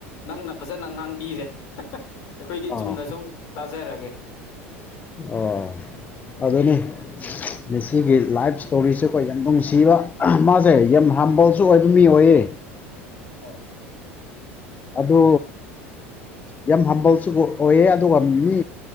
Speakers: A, on the left (about 60°); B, on the left (about 25°).
A: ꯅꯪꯅ ꯐꯖꯅ ꯉꯥꯡꯕꯤꯔꯦ ꯑꯩꯈꯣꯏꯗꯤ
B: ꯑꯣ
A: ꯆꯨꯝꯅ ꯁꯨꯝ ꯇꯥꯖꯔꯒꯦ
B: ꯑꯣ ꯑꯗꯨꯅꯦ ꯃꯦꯁꯤꯒꯤ ꯂꯥꯏꯐ ꯏꯁꯇꯣꯔꯤꯁꯦ ꯑꯩꯈꯣꯏ ꯌꯥꯝ ꯅꯨꯡꯁꯤꯕ ꯃꯥꯁꯦ ꯌꯥꯝ ꯍꯥꯝꯕꯜꯁꯨ ꯑꯣꯏꯕ ꯃꯤ ꯑꯣꯏꯌꯦ <inaudible>
A: ꯑꯥ
B: ꯑꯗꯨ ꯌꯥꯝ ꯍꯝꯕꯜꯁꯨ ꯑꯣꯏꯌꯦ ꯑꯗꯨꯒ ꯃꯤ